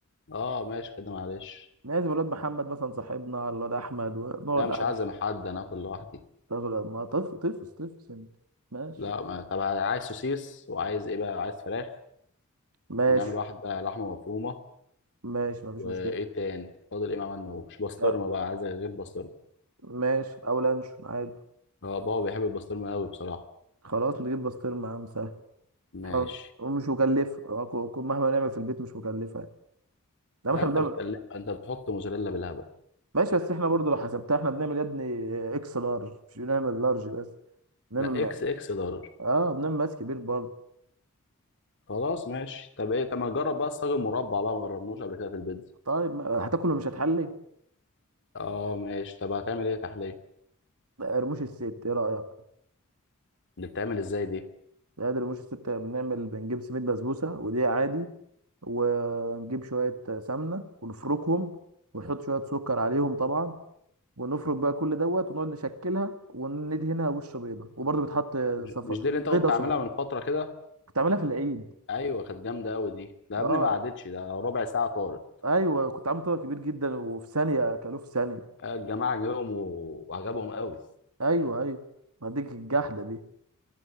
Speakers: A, on the left (about 55°); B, on the right (about 80°).
A: اه ماشي كده معلش
B: لازم الواد محمد مثلا صاحبنا على الواد احمد ونقعد
A: لا مش
B: قاعده
A: عازم حد انا اكل لوحدي
B: تغل- ما طف طفس طفس انت ماشي
A: لا ما... طب عايز سوسيس وعايز ايه بقى عايز فراخ
B: ماشي
A: ونعمل واحده لحمه مفرومه
B: ماشي مفيش
A: وايه
B: مشكله
A: تاني فاضل ايه ما عملناهوش بسطرمه
B: آه،
A: بقى عايز غير بسطرمه
B: ماشي او لانشون عادي
A: اه بابا بيحب البسطرمه قوي بصراحه
B: خلاص نجيب بسطرمه يا عم سهل
A: ماشي
B: حلو ومش مكلفه آه، كو- كو- مهما نعمل في البيت مش مكلفه يعني. لا
A: لا
B: ما احنا
A: انت
B: بنعمل
A: بتكلم انت بتحط موزاريلا بالهبل
B: ماشي بس احنا برضو لو حسبتها احنا بنعمل يا ابني اكس لارج مش بنعمل لارج بس بنعمل
A: لا اكس اكس لارج
B: اه بنعمل ماس كبير برضو
A: خلاص ماشي طب ايه طب ما نجرب بقى الصاج المربع بقى ما جربناش قبل كده في البيتزا
B: طيب ما... هتاكل ومش هتحلي
A: اه ماشي طب هتعمل ايه تحليه
B: لا، رموش الست ايه رايك
A: اللي بتعمل ازاي دي
B: لا، ده رموش الست بنعمل بنجيب سميد بسبوسه ودي عادي ونجيب شويه سمنه ونفركهم ونحط شويه سكر عليهم طبعا ونفرك بقى كل دوت ونقعد نشكلها وندهنها وش بيضه وبرضو بتحط
A: مش
B: صف...
A: مش دي اللي انت
B: بيضه
A: كنت
B: صفا
A: عاملها من فتره كده
B: بتعملها في العيد
A: ايوه كانت جامده قوي دي ده يا
B: اه
A: ابني ما قعدتش ده ربع ساعه طارت
B: ايوه كنت عامل طبق كبير جدا وفي ثانيه اكلوه في ثانيه
A: آه، الجماعه جيهم و... وعجبهم قوي
B: ايوه ايوه ما ديك الجحده دي